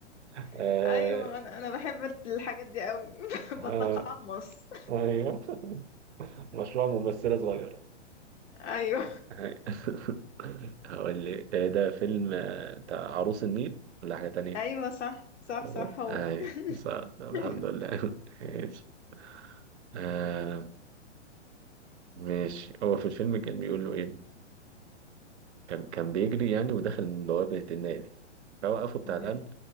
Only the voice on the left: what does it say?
<laughs> ايوه انا انا بحب الحاجات دي قوي <laughs>
بتقمص
ايوه
ايوه صح صح
صح هو
<laughs> أيوة.
مهم.